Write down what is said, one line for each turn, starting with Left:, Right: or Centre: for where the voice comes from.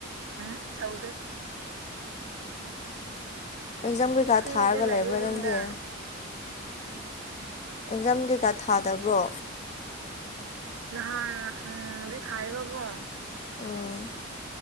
Right: ꯎꯝ ꯇꯧꯗꯦ
Left: ꯑꯦꯛꯖꯥꯝ ꯀꯩꯀꯥ
Right: ꯐ꯭ꯔꯤꯗ
Left: ꯊꯥꯔꯒ
Right: ꯂꯩꯌꯦ
Left: ꯂꯩꯕ꯭ꯔꯥ
Right: ꯌꯨꯝꯗ
Left: ꯅꯪꯗꯤ ꯑꯦꯛꯖꯥꯝ ꯀꯩꯀꯥ ꯊꯥꯗꯕ꯭ꯔꯣ
Right: ꯅꯍꯥꯟ ꯎꯝ ꯗꯤ ꯊꯥꯏꯑꯦꯕꯀꯣ
Left: ꯎꯝ